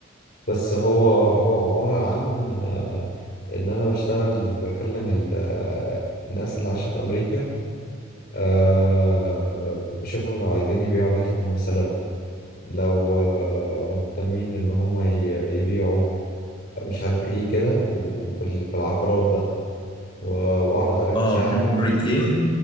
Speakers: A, on the left (about 50°); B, on the left (about 25°).
A: بس هو هو عباره عن آه، ان انا بشتغل بكلم ال- آه، الناس اللي عايشه في امريكا آه، شوفهم لو عايزين يبيعوا بيتهم مثلا لو آه، مهتمين ان هم ي- يبيعوا مش عارف ايه كده وفي ال- في العقارات بقى و- واعرض عليهم
B: اه
A: سعر
B: برينتال ريتيل